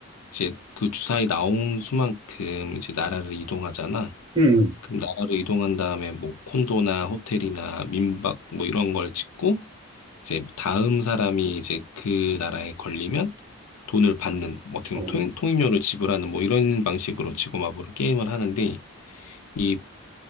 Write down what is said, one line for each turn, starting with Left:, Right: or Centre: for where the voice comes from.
Left: 이제 그 주사위 나온 수만큼 이제 나라를 이동하잖아.
Right: 음, 음.
Left: 그럼 나라를 이동한 다음에 뭐 콘도나 호텔이나 민박 뭐 이런 걸 짓고 이제 다음 사람이 이제 그 나라에 걸리면 돈을 받는 뭐 어떻게
Right: 어,
Left: 보면 통, 통행료를 지불하는 뭐 이런 방식으로 지구마블은 게임을 하는데 이,